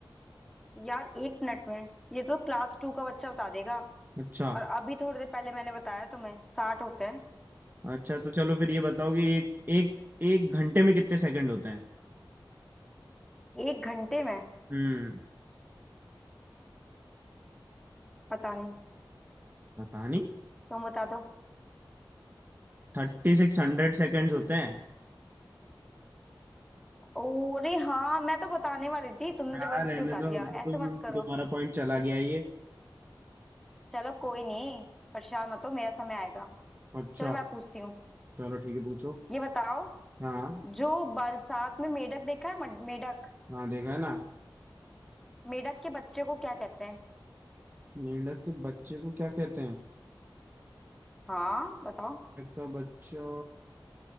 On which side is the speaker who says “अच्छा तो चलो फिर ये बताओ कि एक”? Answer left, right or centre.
Right